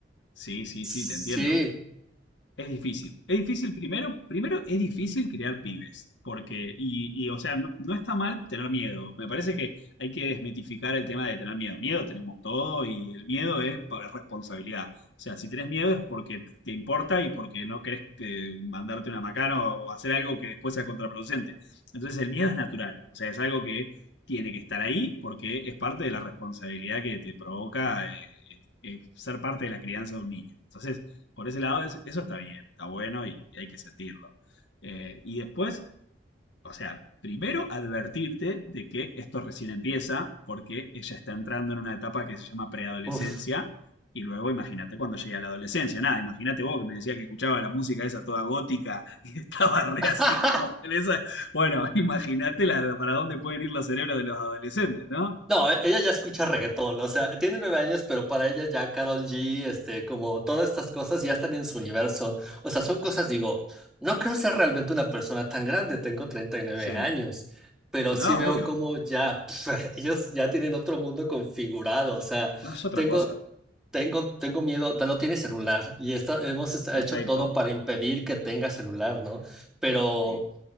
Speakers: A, on the left; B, in the centre.
A: Sí, sí,
B: Sí,
A: sí, te entiendo. Es difícil. Es difícil primero, primero es difícil crear pibes, porque, y, y, o sea, no, no está mal tener miedo. Me parece que hay que desmitificar el tema de tener miedo. Miedo tenemos todo y el miedo es por responsabilidad. O sea, si tenés miedo es porque te importa y porque no querés que mandarte una macana o hacer algo que después sea contraproducente. Entonces el miedo es natural, o sea, es algo que tiene que estar ahí porque es parte de la responsabilidad que te provoca eh, eh, ser parte de la crianza de un niño. Entonces, por ese lado es- eso está bien, está bueno y, y hay que sentirlo. Eh, y después, o sea, primero advertirte de que esto recién empieza porque ella está entrando en una etapa que se llama preadolescencia
B: uff.
A: y luego imagínate cuando llegue a la adolescencia. Nada, imagínate vos que me decías que escuchaba la música esa toda gótica y <laughs> estaba re
B: <laughs>
A: así como en esa... Bueno, <laughs> imagínate la- para dónde pueden ir los cerebros de los adolescentes, ¿no?
B: No, e- ella ya escucha reggaetón, o sea, tiene nueve años, pero para ella ya Carol G, este, como todas estas cosas ya están en su universo. O sea, son cosas, digo, no creo ser realmente una persona tan grande, tengo treinta y nueve
A: Sí,
B: años, pero
A: no,
B: sí veo
A: obvio,
B: como ya, pf, <laughs> ellos ya tienen otro mundo configurado, o sea,
A: no es otra
B: tengo,
A: cosa.
B: tengo, tengo miedo, da- no tiene celular y esta- hemos est- hecho
A: Perfecto.
B: todo para impedir que tenga celular, ¿no? Pero...
A: Sí,